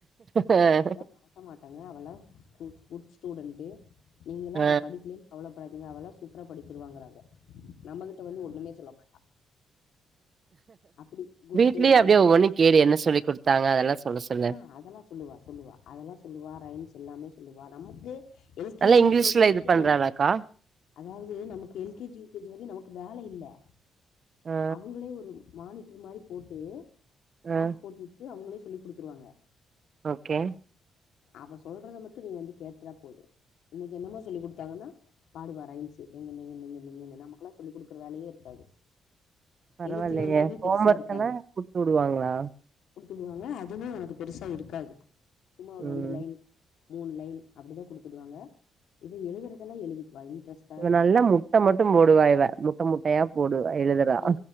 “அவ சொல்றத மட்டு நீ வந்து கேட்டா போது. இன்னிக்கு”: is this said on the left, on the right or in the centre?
Left